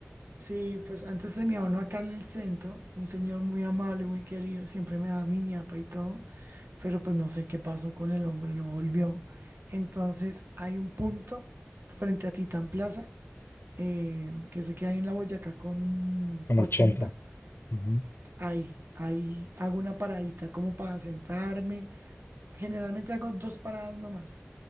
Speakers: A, on the right; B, on the left.
A: Sí, pues antes tenía uno acá en el centro, un señor muy amable, muy querido, siempre me daba mi ñapa y todo, pero pues no sé qué pasó con el hombre, no volvió. Entonces hay un punto frente a Titán Plaza, eh, que sé que hay en la Boyacá con
B: con
A: 80.
B: ochenta. Ujú.
A: Ahí, ahí hago una paradita como para sentarme. Generalmente hago dos paradas nomás.